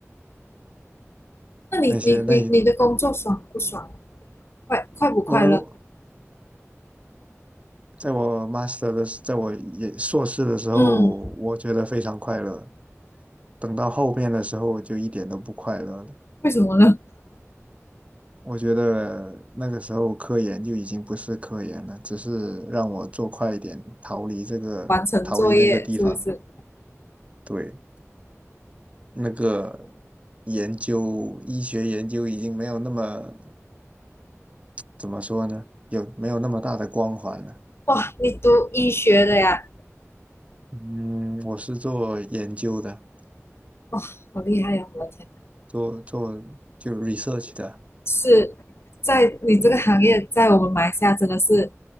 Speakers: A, on the left; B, on the right.
A: 那你你你你的工作爽不爽？
B: 那些那
A: 快快不快乐？
B: 我能够在我 master 的时，在我也硕士的时候，
A: 嗯，
B: 我觉得非常快乐。等到后面的时候，我就一点都不快乐了。
A: 为什么呢？<laughs>
B: 我觉得那个时候科研就已经不是科研了，只是让我做快一点，逃离这个，
A: 完成作业是不是？
B: 逃离那个地方。对。那个研究，医学研究已经没有那么，怎么说呢？有没有那么大的光环了？
A: 哇，你读医学的呀？
B: 嗯，我是做研究的，
A: 哇，好厉害呀！我的天，
B: 做做就 research 的。
A: 是在你这个行业，在我们马来西亚真的是